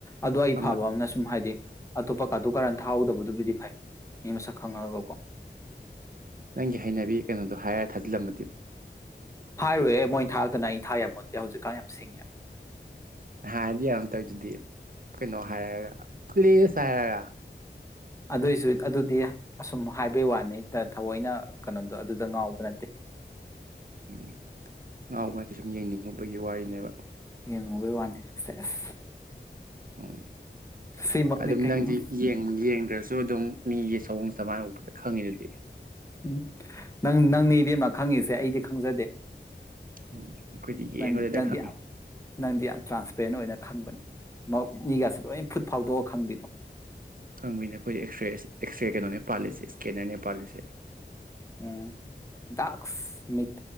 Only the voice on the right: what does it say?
ꯑꯃ
ꯅꯪꯒꯤ ꯍꯩꯅꯕꯤ ꯀꯩꯅꯣꯗꯣ ꯍꯥꯏꯔ ꯊꯥꯖꯤꯜꯂꯝꯃꯗꯤ꯫
ꯍꯥꯏ ꯌꯝ--ꯗꯤ ꯇꯩꯗꯨꯗꯤ ꯀꯩꯅꯣ ꯍꯥꯏꯔꯒ ꯐ꯭ꯂꯤꯁ ꯍꯥꯏꯔꯒ
ꯎꯝ ꯉꯥꯎꯕ ꯀꯩ ꯁꯨꯝ ꯌꯦꯡꯅꯤꯡꯉꯨꯕꯒꯤ ꯋꯥꯔꯤꯅꯦꯕ꯫
ꯎꯝ
ꯑꯗꯨꯝ
ꯅꯪꯗꯤ ꯌꯦꯡ ꯌꯦꯡꯗ꯭ꯔꯁꯨ ꯑꯗꯨꯝ ꯃꯤꯒꯤ ꯆꯑꯣꯡ ꯆꯃꯥꯏꯅ ꯎꯄ ꯈꯪꯉꯤ ꯗꯨꯗꯤ꯫
ꯎꯝ ꯑꯩꯈꯣꯏꯗꯤ
ꯌꯦꯡꯕꯗꯗ
ꯈꯪꯉꯤ
ꯈꯪꯕꯤꯅꯦ ꯑꯩꯈꯣꯏꯗ ꯑꯦꯛꯁꯔꯦ ꯑꯦꯛꯁꯔꯦ ꯀꯩꯅꯣꯅꯦ ꯄꯥꯜꯂꯤꯁꯦ ꯏꯁꯀꯦꯟꯅꯔꯅꯦ ꯄꯥꯜꯂꯤꯁꯦ꯫